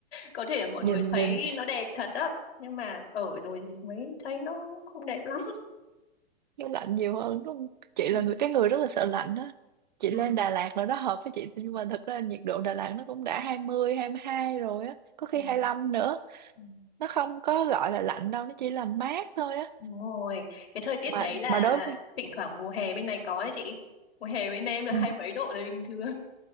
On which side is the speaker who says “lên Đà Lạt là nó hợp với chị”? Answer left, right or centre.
Right